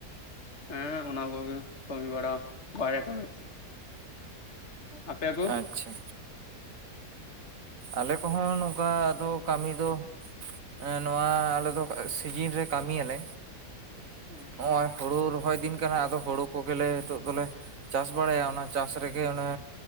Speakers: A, on the left; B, on the right.
A: ᱦᱮᱸ ᱚᱱᱟ ᱠᱚᱜᱮ ᱠᱟᱹᱢᱤ ᱵᱟᱲᱟ ᱵᱟᱭᱨᱮ ᱠᱟᱹᱢᱤ ᱟᱯᱮ ᱠᱚ
B: ᱟᱪᱪᱷᱟ ᱟᱞᱮ ᱠᱚᱦᱚᱸ ᱱᱚᱝᱠᱟ ᱟᱫᱚ ᱠᱟᱹᱢᱤ ᱫᱚ ᱮ ᱱᱚᱣᱟ ᱟᱞᱮ ᱫᱚ ᱥᱤᱡᱤᱱ ᱨᱮ ᱠᱟᱹᱢᱤᱭᱟᱞᱮ
A: ᱦᱮᱸ
B: ᱦᱚᱜ ᱚᱚᱭ ᱦᱳᱲᱳ ᱨᱚᱦᱚᱭ ᱫᱤᱱ ᱠᱟᱱᱟ ᱟᱫᱚ ᱦᱳᱲᱳ ᱠᱚᱜᱮᱞᱮ ᱱᱤᱛᱚᱜ ᱫᱚᱞᱮ ᱪᱟᱥ ᱵᱟᱲᱟᱭᱟ ᱚᱱᱟ ᱪᱟᱥ ᱨᱮᱜᱮ ᱚᱱᱮ